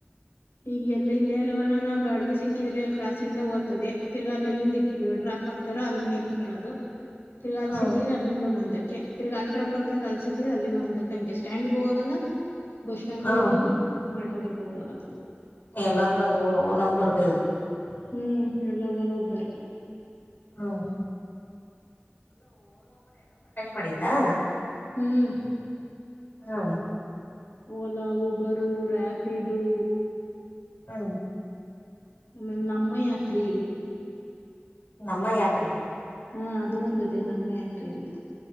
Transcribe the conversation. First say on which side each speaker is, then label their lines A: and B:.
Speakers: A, on the left; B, on the left.
A: ಈಗ ಎಲ್ಲ ಇಲ್ಲೇ ಅಲ್ಲವರ್ಣಾನ ಬಾಡಗೆ ಸಿಕ್ಕಿದ್ರೆ ಕ್ರಾಸಿಂದ ಓದತದೆ ತಿರ್ಗಾ ಅಲ್ಲಿ ಎಲ್ಲಿಡಾ ಅಕ್ಪಾಕ್ತಾರ ಅಲ್ಲಿ ನಿತ್ಕೊಳ್ಳೋದು ತಿರ್ಗಾಲ್
B: ಹ್ಮ್
A: ಸಿಕ್ಕಿದ್ರೆ ಅಲ್ಲಿಂದ ಮುಂದಕ್ಕೆ ತಿರ್ಗ ಅಲ್ಡ್ರಾಪ್ ಆಗ್ತಾ ಕಲ್ ಸಿಕ್ಕಿದ ಅಲ್ಲಿಂದ ಮುಂದಕ್ಕೆ ಹಂಗೆ ಸ್ಟ್ಯಾಂಡ್ಗೆ ಹೋಗಲ್ಲ ಬಸ್ ಸ್ಟ್ಯಾಂಡ್ಗೂ
B: ಹ್ಮ್
A: ಹೋಗಲ್ಲ ಮೆಟ್ರೋದಕ್ಕೂ ಹೋಗಲ್ಲ
B: ಎಲ್ಲಾ ಅಂದ್ರ ಅದು ಹೋಲ ಉ ಬರ್ದದು
A: ಹ್ಮ್ ಎಲ್ಲ ಲ್ಲ ಒಬ್ಬರ
B: ಹ್ಮ್ ಮಾಡೀತಾ
A: ಹ್ಮ್
B: ಹಾ
A: ಓಲಾ ಊಬರು ರಾಪಿಡು
B: ಹ್ಮ
A: ಆಮೇಲೆ ನಮ್ಮ ಯಾತ್ರಿ
B: ನಮ್ಮ ಯಾತ್ರಿ
A: ಹಾ ಅದು ಒಂದು ದೇಹ ನಮ್ಮ ಯಾತ್ರಿ ಅಂತ